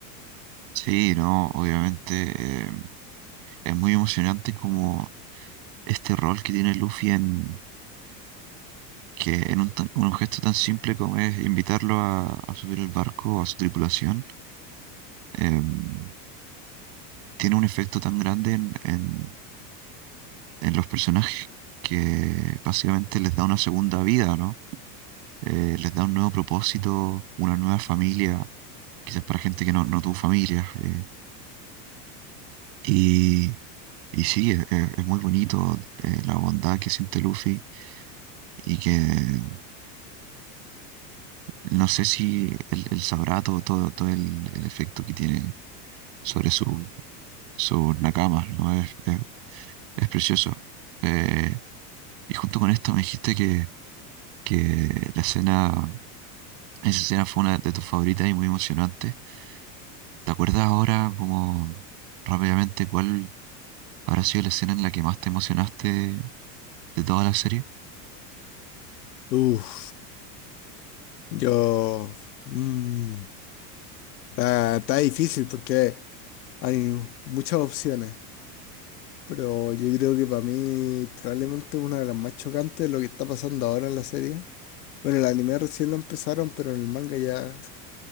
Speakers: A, on the right; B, on the left.
A: Sí, no, obviamente em, es muy emocionante como este rol que tiene Luffy en que en un, tan- un gesto tan simple como es invitarlo a, a subir al barco, a su tripulación, em, tiene un efecto tan grande en, en- en los personajes que básicamente les da una segunda vida, ¿no? Eh, les da un nuevo propósito, una nueva familia, quizás para gente que no, no tuvo familia. eh, y, y sí, es, es- es muy bonito eh, la bondad que siente Luffy y que No sé si él, él sabrá todo, todo, todo el, el efecto que tiene sobre su, sus nakamas, ¿no? Es, es- es precioso. Eh, y junto con esto me dijiste que, que la escena, esa escena fue una de tus favoritas y muy emocionante. ¿Te acuerdas ahora, como rápidamente, cuál habrá sido la escena en la que más te emocionaste de toda la serie?
B: uff yo... mm, ah, está difícil porque hay muchas opciones. Pero yo creo que para mí probablemente una de las más chocantes es lo que está pasando ahora en la serie. Bueno, el anime recién lo empezaron, pero en el manga ya,